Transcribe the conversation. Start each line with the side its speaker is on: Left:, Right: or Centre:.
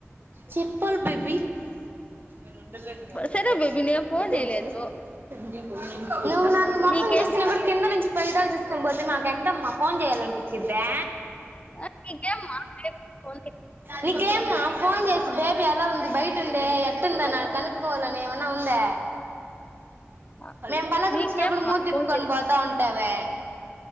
Right: చెప్పాలి బేబీ నేను ఉండలేను ఇడ
Left: సరే బేబీ
Right: మన
Left: నేను
Right: ఇంటి
Left: ఫోన్
Right: కొచ్చెస్త
Left: చేయలేదు
Right: <unintelligible> నువ్వు నన్ను మొహం
Left: నీకేం
Right: చూసిన గూడా కింద నుంచి పైదాక చూసుకుని పోతే మాకు ఎట్టమ్మ ఫోన్ జేయాల ఇచ్చిద్దా
Left: ఆ! నీకేమ్మా రేపు ఫోను
Right: నీకేమ్మా ఫోన్ జేసి బేబి ఎలా ఉంది బయటుందే ఎట్టుందన కనుకోవాలనే అన్న ఉందా
Left: చేసినా
Right: మేం బలకరిచ్చినప్పుడు
Left: నీకేమ్మా
Right: మూతి తిప్పుకొని
Left: ఫోను
Right: పోతా ఉంటావే